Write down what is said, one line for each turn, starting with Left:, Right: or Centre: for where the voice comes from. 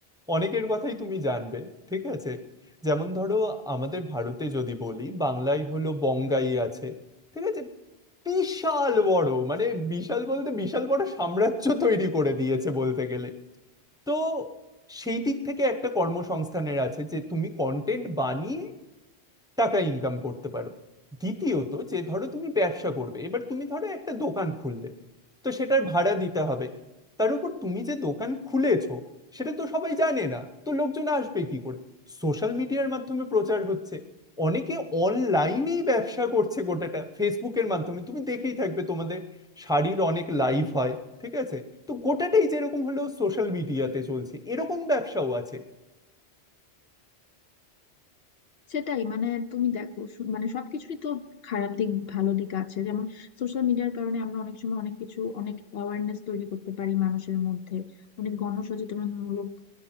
Centre: অনেকের কথাই তুমি জানবে ঠিক আছে যেমন ধরো আমাদের ভারতে যদি বলি বাংলায় হলো বঙ্গাই আছে ঠিক আছে বিশাল বড় মানে বিশাল বলতে বিশাল বড় সাম্রাজ্য তৈরি করে দিয়েছে বলতে গেলে তো সেই দিক থেকে একটা কর্মসংস্থানের আছে যে তুমি কন্টেন্ট বানিয়ে টাকা ইনকাম করতে পারো দ্বিতীয়ত যে ধরো তুমি ব্যবসা করবে এবার তুমি ধরো একটা দোকান খুললে তো সেটার ভাড়া দিতে হবে তার উপর তুমি যে দোকান খুলেছো সেটা তো সবাই জানে না তো লোকজন আসবে কি করে সোশ্যাল মিডিয়ার মাধ্যমে প্রচার হচ্ছে অনেকে অনলাইনেই ব্যবসা করছে গোটাটা ফেসবুকের মাধ্যমে তুমি দেখেই থাকবে তোমাদের শাড়ির অনেক লাইভ হয় ঠিক আছে তো গোটাটাই যেরকম হলো সোশ্যাল মিডিয়াতে চলছে এরকম ব্যবসাও আছে
Left: সেটাই মানে তুমি দেখো সু- মানে সবকিছুই তো খারাপ দিক ভালো দিক আছে যেমন সোশ্যাল মিডিয়ার কারণে আমরা অনেক সময় অনেক কিছু অনেক অ্যাওয়ারনেস তৈরি করতে পারি মানুষের মধ্যে অনেক গণসচেতনমূলক